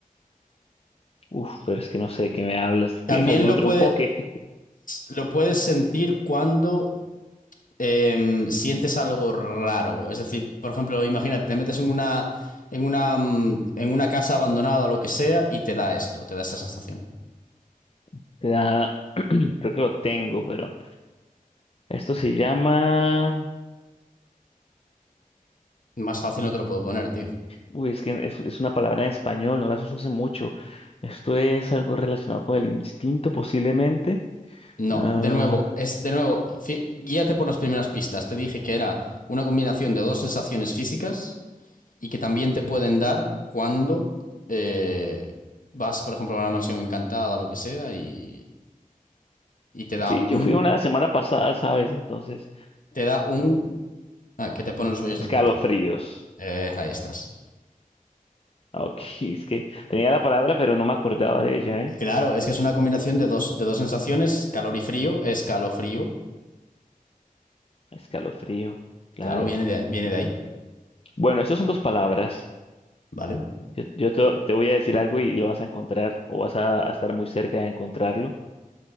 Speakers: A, on the left; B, on the left.
A: Uf, pero es que no sé de qué me hablas.
B: También
A: ¿Tienes algún
B: lo
A: otro
B: puede,
A: enfoque?
B: lo puedes sentir cuando em, sientes algo raro. Es decir, por ejemplo, imagínate, te metes en una, en una, mm, en una casa abandonada o lo que sea y te da esto, te da esta sensación.
A: <laughs> Te da- <clears throat> Creo que lo tengo, pero esto se llama.
B: Más fácil no te lo puedo poner, tío.
A: Uy, es que es, es una palabra en español, no las uso hace mucho. Esto es algo relacionado con el instinto, posiblemente.
B: No,
A: Ah,
B: de nuevo, es de nuevo, fí- guíate por las primeras pistas. Te dije que era una combinación de dos sensaciones físicas y que también te pueden dar cuando eh, vas, por ejemplo, a una mansión encantada o lo que sea y, y te da
A: sí,
B: un,
A: yo fui una semana pasada, ¿sabes? Entonces,
B: te da un, ah, que te pone los vellos
A: escalofríos.
B: de punta. Eh, ahí estás.
A: Ah, Ok, <laughs> es que tenía la palabra, pero no me acordaba de ella, ¿eh?
B: Claro, es que es una combinación de dos, de dos sensaciones, calor y frío, escalofrío.
A: Escalofrío, claro.
B: Claro, viene de, viene de ahí,
A: Bueno, estas son dos palabras.
B: ¿vale?
A: Yo, yo te, te voy a decir algo y, y lo vas a encontrar o vas a, a estar muy cerca de encontrarlo.